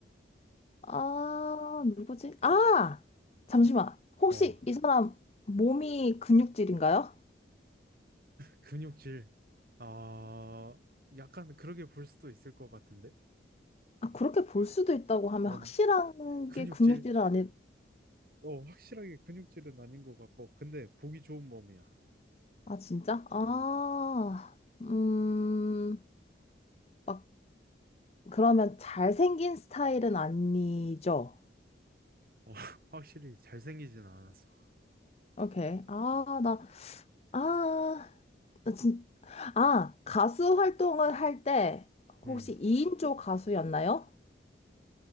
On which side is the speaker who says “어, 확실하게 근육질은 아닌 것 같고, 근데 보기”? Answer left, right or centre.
Right